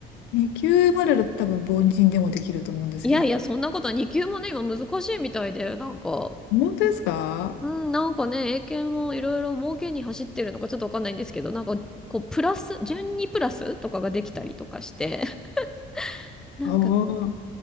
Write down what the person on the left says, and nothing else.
2級までだと多分凡人でもできると思うんですけど。
本当ですか
ああー。